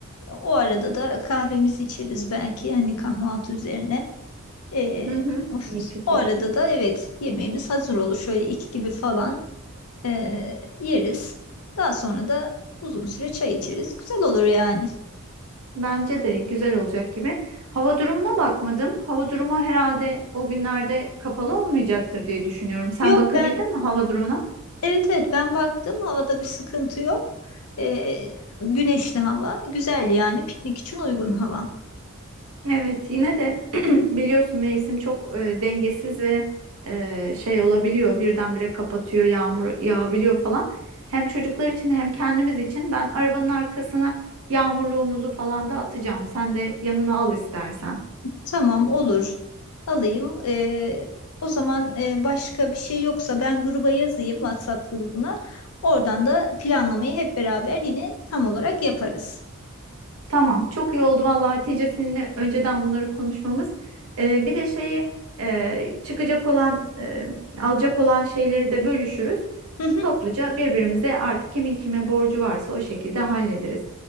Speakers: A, on the left; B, on the right.
A: o arada da kahvemizi içeriz belki hani kahvaltı üzerine. E,
B: Hı hı.
A: of,
B: İyi fikir.
A: o arada da evet yemeğimiz hazır olur. Şöyle iki gibi falan. Ee, yeriz. Daha sonra da uzun süre çay içeriz. Güzel olur yani.
B: Bence de güzel olacak gibi. Hava durumuna bakmadım. Hava durumu herhalde o günlerde kapalı olmayacaktır diye düşünüyorum. Sen
A: Yok
B: bakabildin
A: ben
B: mi hava durumuna?
A: evet evet ben baktım havada bir sıkıntı yok. Ee, güneşli hava güzel yani piknik için uygun hava.
B: Evet, yine de <clears throat> biliyorsun mevsim çok e, dengesiz ve e, şey olabiliyor. Birdenbire kapatıyor, yağmur yağabiliyor falan. Hem çocuklar için hem kendimiz için ben arabanın arkasına yağmurluğumuzu falan da atacağım. Sen de yanına al istersen.
A: Tamam olur alayım. Ee, o zaman e, başka bir şey yoksa ben gruba yazayım WhatsApp grubuna. Oradan da planlamayı hep beraber yine tam olarak yaparız.
B: Tamam, çok iyi oldu vallahi Hatice seninle önceden bunları konuşmamız. Ee, bir de şeyi e, çıkacak olan, e, alacak olan şeyleri de bölüşürüz.
A: Hı hı.
B: Topluca birbirimize artık kimin kime borcu varsa o şekilde hallederiz.